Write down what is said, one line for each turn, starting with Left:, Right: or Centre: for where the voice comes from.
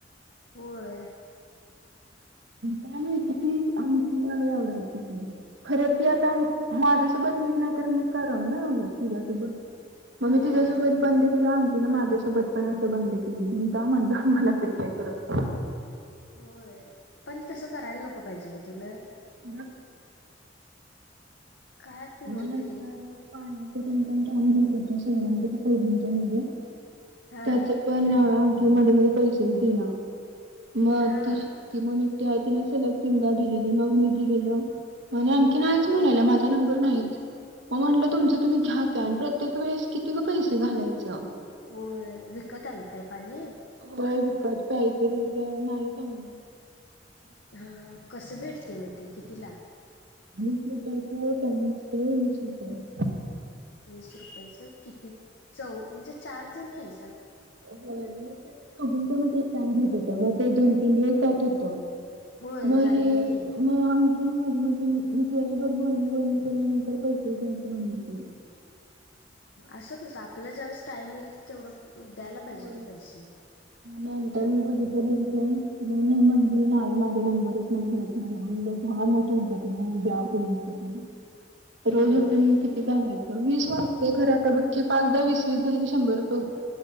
Left: होय
Right: का नाहीची ती आम मला आवडायची त खरं ती आता माझ्यासधा ीट नाही तर मी कराव तोबत मग मी
Left: होय
Right: तिसोबत बंद के तिन माझ्याच्या बचपनाचे बंद केले मी जा म्हणलं मला तरी काय करत
Left: होय पण तसं करायला नको पाहिजे का तिनं
Right: ह
Left: काय पुरी
Right: म नंतर
Left: तरी
Right: पाणी घच्या सगळ त्याच्या पोजंच्या म
Left: हा
Right: त्याच पण क मध्ये मध्ये पैसेच देन मग
Left: हा
Right: ती कि म तेव्हा तिने सलग तीनदा दिलेली मग मी दिलेलआणि अंकी
Left: हा
Right: नाहीच म्हणायला माझा नंबर ते पण आहेच म म्हंटलं तुमच तुम्ही घ्या आता प्रत्येक वेळेस किती ग पैसे घालायच
Left: हो विकत आणताय पाणी
Right: होय विकत पायायजे तथ नाही चांगलं <unintelligible>
Left: हा कस भेटते मग ते किती ला
Right: विस तर तू म असत विस तर <unintelligible>
Left: वीस रुपयाच किती चौ म्हणजे चार जणी आहेत.
Right: हो मग तेच्या मध्ये सांग घेत होत मग ते दोन तीन दिवस जात होत.
Left: होय
Right: मग
Left: जाते
Right: ही
Left: की
Right: म कि मध्ये मध्ये मी तुलासोबत बोलणं बंद केल्यानंतर पैसेच द्यायचे बंद केलं.
Left: असं कस आपला ज्यावळेस टाईम येईल तेवढं द्यायला
Right: हो
Left: पाहिजे की पैसे
Right: नंतर मी बघित बघितलं नाही नाही म्हणली नाही माझा नंबरच नाही घेत नाही म्हणलं घ्या मग तुमच्या तुम्ही द्या तुमचं तुम्ही
Left: होय
Right: रोज उठून किती काम आहे. वीस वाजते खर आता बक्की पाच दहा वीस वीस दिली की शंभर रुपये होतात.